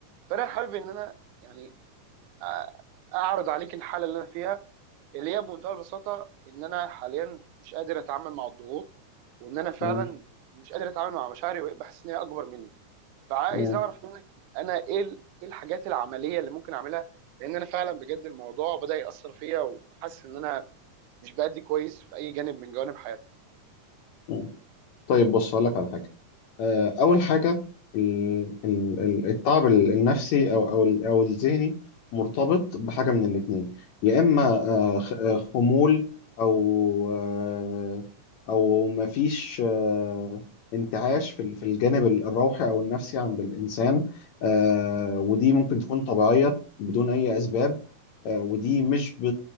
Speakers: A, on the right; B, on the left.
A: فانا حابب ان انا يعني أ- اعرض عليك الحاله اللي انا فيها اللي هي بمنتهى البساطه ان انا حاليا مش قادر اتعامل مع الضغوط وان انا فعلا
B: مم.
A: مش قادر اتعامل مع مشاعري وبقيت بحس ان هي اكبر مني فعايز
B: مم.
A: اعرف منك انا ايه ال- ايه الحاجات العمليه اللي ممكن اعملها لان انا فعلا بجد الموضوع بدا ياثر فيا وحاسس ان انا مش بادي كويس في اي جانب من جوانب حياتي
B: مم. طيب بص هقول لك على حاجه آه، اول حاجه ال- ال- ال- التعب ال- النفسي او او ال- او الذهني مرتبط بحاجه من الاثنين يا اما آه، خ- آه، خمول او آه، او مفيش آه، انتعاش في ال- في الجانب ال- الروحي او النفسي عند الانسان آه، ودي ممكن تكون طبيعيه بدون اي اسباب آه، ودي مش ب...